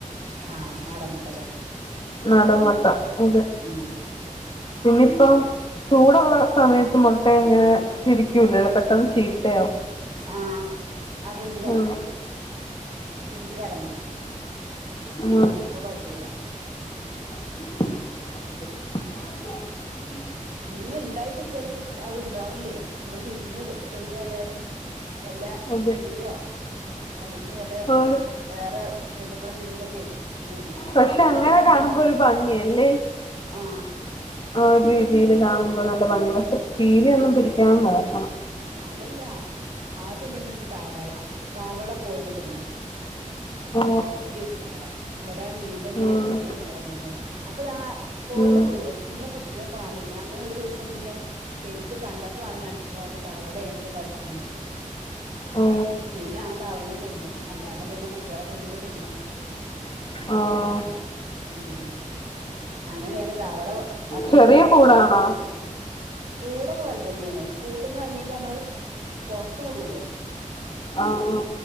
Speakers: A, on the right; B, on the left.
A: ആനട് ന്മുട്ട
B: നാടൻ മുട്ട അത്
A: ഉം
B: പിന്നയിപ്പം ചൂടുള്ള സമയത്ത് മുട്ട ഇങ്ങനെ തിരിക്കൂല്ലല്ല പ ം ചീത്തയാവും
A: ആആ കുഞ്ചിക
B: ആണ്
A: കുഞ്ചി കലങ്ങും
B: ആഹ്
A: അപ്പൊ പറ്റൂല
B: ഉ
A: പിന്നെ ഉണ്ടായി കിട്ടിയാലും കുട്ടി അത് ഉണ്ടാവില്ലേ നമ്മള് വിരിഞ്ഞ് റെഡി ആയാലും നല്ല
B: അതെ
A: കീരിയോ അല്ലെങ്കിൽ വല്ല
B: ആണ്
A: വേറെ ജന്തുക്കൾ എന്തെങ്കിലുമൊക്കെ തിന്നു കാണും
B: പക്ഷെ
A: ആ
B: അങ്ങനെ
A: ആദ്യ ഉണ്ടയേനെ
B: കാണുമ്പോ ഒരു ഭംഗിയല്ലേ
A: ആ
B: ആ ഒരു രീതിൽ കാണുമ്പോ നല്ല ഭംഗി പക്ഷെ തീരെ ന്നും പിടി ക്കാതെ നോ ക്കണം
A: ഉം അതല്ല ആദ്യം ഉണ്ടന്നൊ ഒരു താവള താവള കോയിനെ തിന്ന
B: ഓ
A: <unintelligible> തവള ഇവിടെ മീന്റെതില്
B: ഉം,
A: വലിയൊരു തവള ഉണ്ടായിരുന്നയാ അപ്പൊ താ കോയിനെ
B: ഉം,
A: വീടും പിന്നെ കുട്ടിനെ കാണില്ല അങ്ങനെ ഒരു ദിവസം പിന്നെ ശരിക്ക് കണ്ടപ്പളാണ് മനസ്സിലായത് തവളയേണ് ഇത് കടിച്ചണ്
B: ഓ
A: പിന്നെ ആ തവളനെ കൊന്നു അല്ലാണ്ട് എന്തെ കുട്ടികളെ ഫുള്ള് തിന്ന്
B: ആ.
A: വ ഉം അങ്ങനെയാണ് തവള അത്രയും
B: ചെറിയ
A: വലിയ തവള
B: കൂടാണോ
A: ഉണ്ടന്നേ മനസ്സിലായെ കൂടൊക്കെ വലുതന്നെയാണ് കൂ ട്ടീന്ന് ഇറങ്ങിട്ട് നമ്മള് പുറത്തു വിടൂലേ
B: ആ ആ